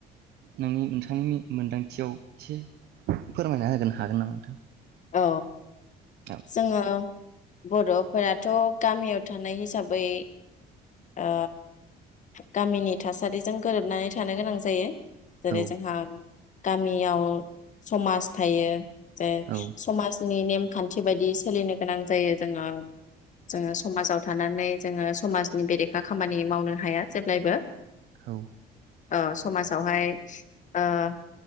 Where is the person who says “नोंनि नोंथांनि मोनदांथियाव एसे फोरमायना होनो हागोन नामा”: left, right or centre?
Right